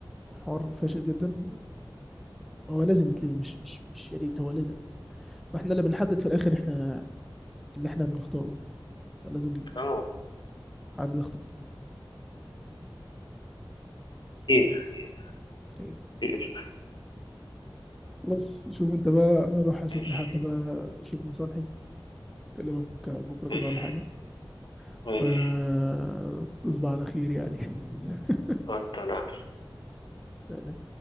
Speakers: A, in the centre; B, on the left (about 60°).
A: حوار فاشل جدا وهو لازم يتلغي مش مش مش يا ريت هو لازم واحنا اللي بنحدد في الاخر احنا اللي احنا بنختاره لازم
B: اه
A: حد
B: خير خير
A: يختارنا
B: خير
A: بس شوف انت بقى انا اروح اشوف
B: ماشي
A: لحد بقى شوف مصالحي اكلمك بكره كده
B: ماشي
A: ولا حاجه
B: ماشي
A: وتصبح على خير يعني <laughs>
B: وانت انا
A: سلام